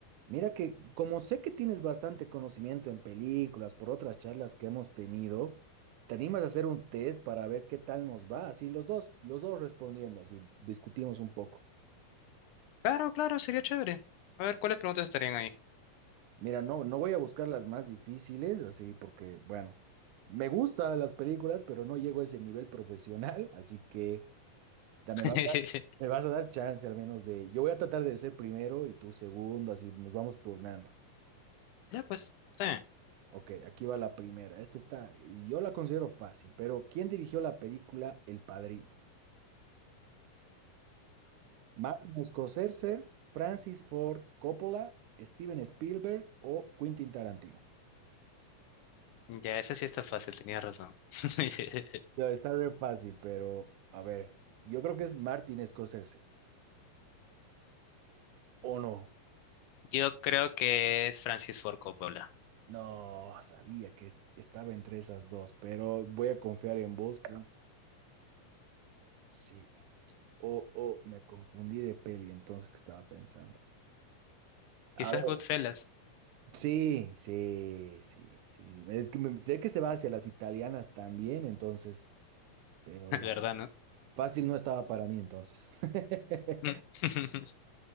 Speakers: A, on the right; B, on the left.
A: Mira que como sé que tienes bastante conocimiento en películas por otras charlas que hemos tenido, ¿te animas a hacer un test para ver qué tal nos va? Así los dos, los dos respondiendo, así discutimos un poco.
B: Claro, claro, sería chévere. A ver, ¿cuáles preguntas estarían ahí?
A: Mira, no, no voy a buscar las más difíciles, así porque, bueno, me gustan las películas, pero no llego a ese nivel profesional, así que da- me
B: <laughs>
A: vas a dar, me vas a dar chance al menos de... Yo voy a tratar de ser primero y tú segundo, así nos vamos turnando.
B: Ya, pues, está bien.
A: Ok, aquí va la primera. Esta está, yo la considero fácil, pero ¿quién dirigió la película El Padrino? ¿Martin Scorsese, Francis Ford Coppola, Steven Spielberg o Quentin Tarantino?
B: Mm, ya, esa sí está fácil, tenía razón. <laughs>
A: Debe estar bien fácil, pero a ver, yo creo que es Martin Scorsese. ¿O no?
B: Yo creo que es Francis Ford Coppola.
A: No, sabía que estaba entre esas dos, pero voy a confiar en vos, Francis. Sí. O o me confundí de peli entonces que estaba pensando. A
B: Quizás
A: ver.
B: Goodfellas,
A: Sí, sí, sí, sí. Es que me- sé que se va hacia las italianas también, entonces, pero
B: <laughs>
A: ya.
B: ¿verdad, no?
A: Fácil no estaba para mí entonces. <laughs>
B: Mm. <laughs>